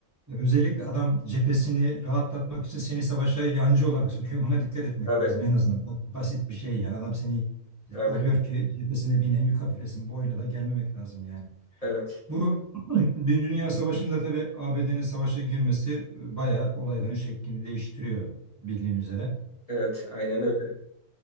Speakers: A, on the right (about 15°); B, on the left (about 30°).
A: özellikle adam cephesini rahatlatmak için seni savaşa yancı olarak sokuyor. Buna dikkat etmek
B: Tabii,
A: lazım en azından. Bu Basit bir şey yani. Adam seni
B: tabii.
A: alıyor ki cephesine binen yük hafiflesin. Bu oyuna da gelmemek lazım yani.
B: Evet,
A: Bu <clears throat> Birinci Dünya Savaşı'nda tabii ABD'nin savaşa girmesi e, bayağı olayların şeklini değiştiriyor bildiğin üzere.
B: evet. Aynen öyle.